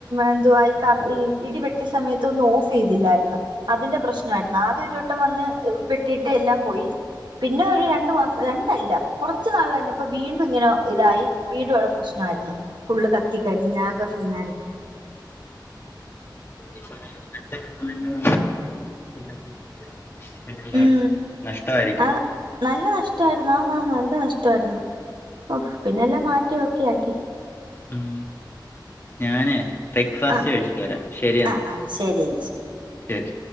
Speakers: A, on the right; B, on the left.
A: എന്തുവാ ഈ കർ ഈ ഇടിവെ ട്ടിയ സമയത്തൊന്നും ഓഫ് ചെയ്തില്ലായിരുന്നു അതിന്റെ പ്രശ്നമായിരുന്നു ആദ്യ ഒരു ട്ടം വന്ന് വെട്ടിട്ട് എല്ലാം പോയി പിന്നെ ഒരു രണ്ടു മാസം രണ്ടല്ല കുറച്ച നാള് കഴിഞ്ഞപ്പോ വീണ്ടും ഇങ്ങനെ ഇതായി വീണ്ടും അവിടെ പ്രശ്നമായിരുന്നു ഫുള്ള് കത്തിക്കരിഞ്ഞ് ആകെ സീനായിരുന്നു
B: <inaudible> ചെയ്യ ഇല്ലെങ്കിൽ പിന്നെ എല്ലാം
A: ഉം
B: അടിച്ച് പോകും നഷ്ടമായിരിക്കും
A: ആ നല്ല നഷ്ടമായിരുന്നു ആന്നാന്നു നല്ല നഷ്ടമായിരുന്നു പിന്നെല്ലാം മാറ്റി ഒക്കെ ആക്കി
B: ഉം ഞാനേ ബ്രേക്ക്ഫാസ്റ്റ്
A: ആ
B: കഴിച്ചിട്ട് വരാം ശരിയന്ന
A: ആ ആ ശരി എങ്കി ശരി
B: ശരി